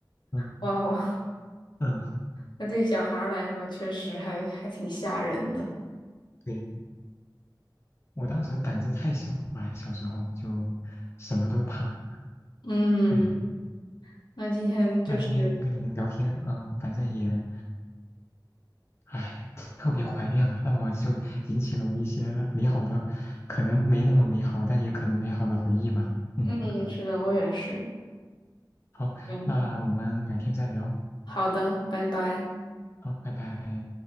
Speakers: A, on the left; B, on the left.
A: 嗯
B: 哇哦，
A: 嗯，
B: 那对小孩儿来说确实还还挺吓人的。
A: 对，我当时胆子太小了吧，小时候就什么都怕。
B: 嗯，
A: 嗯，
B: 那今天就是，
A: 那今天跟你们聊天，嗯、反正也，哎，特别怀念啊，那我就引起了我一些美好的，可能没那么美好，但也可能美好的回忆吧。嗯，
B: 嗯，是的，我也是。
A: 好，
B: 嗯，
A: 那我们改天再聊。
B: 好的，拜拜。
A: 好，拜拜。